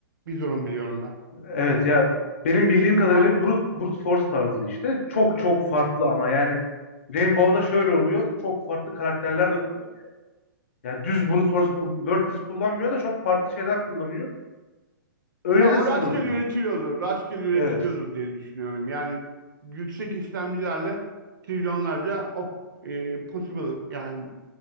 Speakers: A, on the right (about 60°); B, on the left (about 35°).
A: bir durum biliyorum ben.
B: Evet ya benim bildiğim kadarıyla
A: Şu an
B: brute, brute force tarzı işte. Çok çok farklı ama yani Rainbow'da şöyle oluyor. Çok farklı karakterler de kullanıyor. Yani düz brute force bu- wordless kullanmıyor da çok farklı şeyler kullanıyor. Öyle
A: Ya
B: de
A: o
B: sızılabiliyor.
A: rastgele üretiliyordur. Rastgele üretiliyordur
B: Evet.
A: diye düşünüyorum. Yani yüksek işlemcilerle trilyonlarca op, e, possible yani